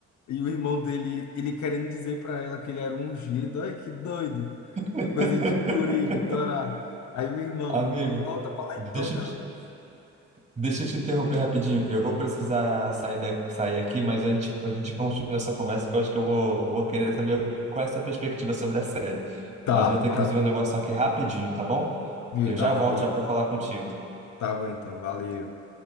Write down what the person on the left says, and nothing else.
E o irmão dele, ele querendo dizer pra ela que ele era um ungido. Olha que doido.
Coisa de guri, de torá. Aí o irmão,
volta pra lá
e toca,
rapaz.
Tá,
tá.
Viu?
Tá
bom,
beleza.
Tá bom então, valeu.